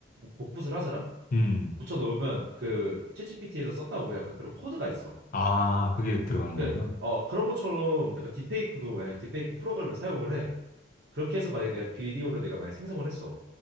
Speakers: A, on the right; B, on the left.
A: 복붙을 하잖아.
B: 음,
A: 묻혀 넣으면 그 챗GPT에서 썼다고 약간 그런 코드가 있어.
B: 아, 그게 들어가는
A: 그,
B: 거구나.
A: 어, 그런 것처럼 약간 딥페이크도 만약 딥페이크 프로그램을 사용을 해. 그렇게 해서 만약에 내가 비디오를 내가 만약 생성을 했어.